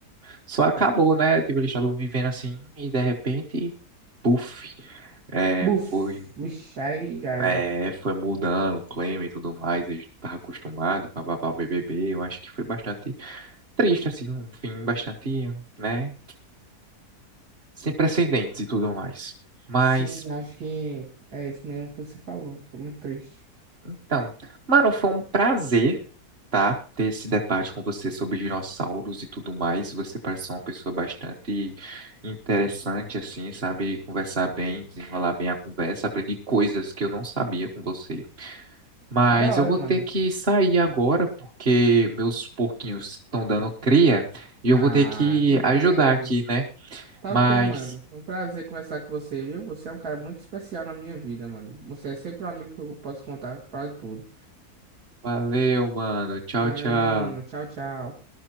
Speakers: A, on the right (about 40°); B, on the right (about 75°).
A: só acabou, né? Tipo, eles estavam vivendo assim e de repente, puf, é,
B: Buf!
A: foi,
B: Vixe, aí já era.
A: é, foi mudando o clima e tudo mais, eles estavam acostumados, e bababá, BBB. Eu acho que foi bastante triste, assim, um fim bastante, né? Sem precedentes e tudo mais. Mas.
B: Sim, acho que é isso mesmo que você falou. Ficou muito triste.
A: Então, mano, foi um prazer, tá? Ter esse debate com você sobre dinossauros e tudo mais. Você pareceu uma pessoa bastante interessante, assim, sabe? Conversar bem, desenrolar bem a conversa. Aprendi coisas que eu não sabia com você. Mas
B: Que da hora,
A: eu vou
B: mano.
A: ter que sair agora, porque meus porquinhos estão dando cria e eu
B: Ah,
A: vou ter que
B: que pena,
A: ajudar
B: mano.
A: aqui, né?
B: Tá
A: Mas
B: o quê, mano? Foi Um prazer conversar com você, viu? Você é um cara muito especial na minha vida, mano. Você é sempre um amigo que eu posso contar pra tudo.
A: valeu, mano. Tchau,
B: Valeu,
A: tchau.
B: mano. Tchau, tchau.